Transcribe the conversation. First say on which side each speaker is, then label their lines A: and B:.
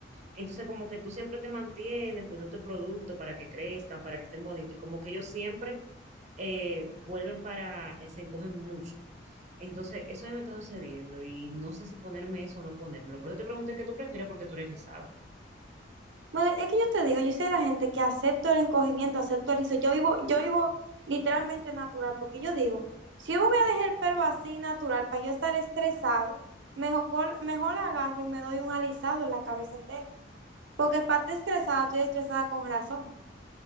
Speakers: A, on the right; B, on the right.
A: Entonces, como que tú siempre te mantienes poniendo producto para que crezcan, para que estén bonitos, y como que ellos siempre eh, vuelven para, eh, se encogen mucho. Entonces, eso a mí me está sucediendo y no sé si ponerme eso o no ponérmelo. Por eso te pregunté qué tú prefieres porque tú eres rizada.
B: Bueno, es que yo te digo, yo soy de la gente que acepto el encogimiento, acepto el rizo. Yo vivo, yo vivo literalmente natural, porque yo digo, si yo me voy a dejar el pelo así natural para yo estar estresado, mejor, gol- mejor la agarro y me doy un alisado en la cabeza entera. Porque para estar estresada, estoy estresada con razón.